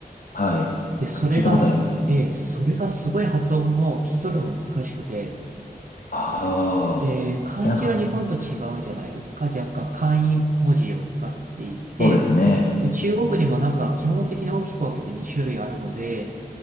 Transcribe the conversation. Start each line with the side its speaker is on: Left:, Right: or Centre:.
Left: はい。
Right: で、それがす、
Left: なんか聞いたことありますね。
Right: えーそれがすごい発音も聞き取るのも難しくて、
Left: ああ。
Right: で、漢字は日本と違うじゃないですか。
Left: いやなんか、
Right: 若干簡易文字を使っていて、
Left: そうですね。
Right: で、中国にもなんか基本的に大きく分けて2種類あるので、